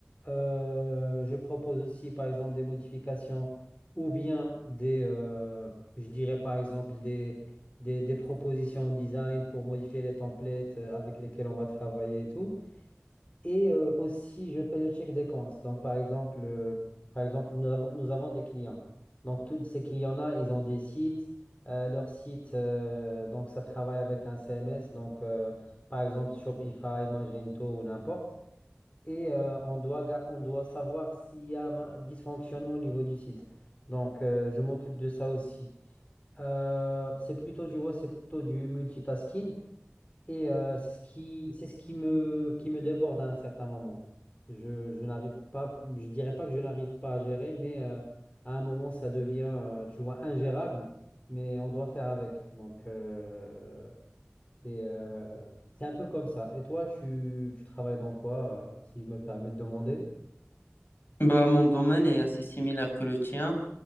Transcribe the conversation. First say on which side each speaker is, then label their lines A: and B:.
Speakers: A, on the left (about 30°); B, on the left (about 45°).
A: Euh, je propose aussi, par exemple, des modifications ou bien des, euh, je dirais, par exemple, des, des, des propositions au design pour modifier les templates euh, avec lesquels on va travailler et tout. Et euh, aussi, je fais le check des comptes. Donc, par exemple, euh, par exemple nous avons, nous avons des clients. Donc, tous ces clients-là, ils ont des sites. Euh, leur site, euh, donc, ça travaille avec un CMS. Donc, euh, par exemple, Shopify, Magento ou n'importe. Et euh, on doit, ga- on doit savoir s'il y a un ma- dysfonctionnement au niveau du site. Donc, euh, je m'occupe de ça aussi. Euh, c'est plutôt, tu vois, c'est plutôt du multitasking. Et euh, c'est ce qui, c'est ce qui me, qui me déborde à un certain moment. Je, je n'arrive pas, je dirais pas que je n'arrive pas à gérer, mais euh, à un moment, ça devient, euh, tu vois, ingérable, mais on doit faire avec. Donc, euh, c'est euh, c'est un peu comme ça. Et toi, tu, tu travailles dans quoi, euh, si je me permets de demander?
B: Bah, mon domaine est assez similaire que le tien.